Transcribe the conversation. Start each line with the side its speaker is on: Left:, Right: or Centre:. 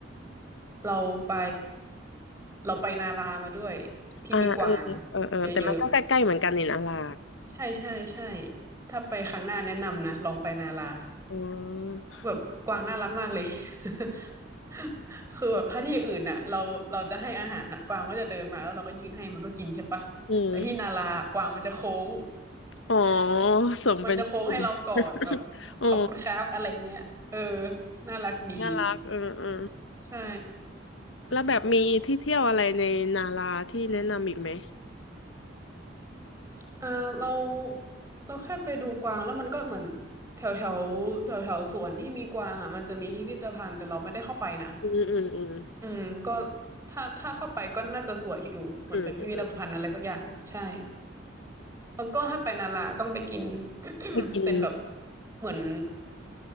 Right: เราไปเราไปนารามาด้วยที่มีกวาง
Left: อ่าเออเออเออแต่มันก็ใกล้ๆเหมือนกันนี่นะลา
Right: เยอะ ใช่ใช่ใช่ถ้าไปครั้งหน้าแนะนำนะลองไปนารา
Left: อืม
Right: แบบกวางน่ารักมากเลย <laughs> คือแบบถ้าที่อื่นอ่ะเราเราจะให้อาหารอะกวางก็จะเดินมาแล้วเราก็ยื่นให้มันก็กินใช่ปะแต่ที่นารากวางมันจะโค้ง
Left: อืมอ๋อสมเป็นญี่ปุ่น
Right: มันจะโค้งให้เราก่อนแบบ
Left: <laughs> อ๋อ
Right: ขอบคุณครับอะไรเงี้ยเออน่ารักดี
Left: น่ารักเออเออ
Right: ใช่
Left: แล้วแบบมีที่เที่ยวอะไรในนาราที่แนะนำอีกไหม
Right: เออเราเราแค่ไปดูกวางแล้วมันก็เหมือนแถวแถวแถวแถวสวนที่มีกวางอ่ะมันจะมีพิพิธภัณฑ์แต่เราไม่ได้เข้าไปนะ
Left: อืมอืมอืม
Right: อืมก็ถ้าถ้าเข้าไปก็น่าจะสวยอยู่เหมือนเป็นพิพิธภัณฑ์อะไรสักอย่างใช่
Left: อืมอืม
Right: แล้วก็ถ้าไปนาราต้องไปกิน <coughs>
Left: ไปกิน
Right: เป็นแบบเหมือน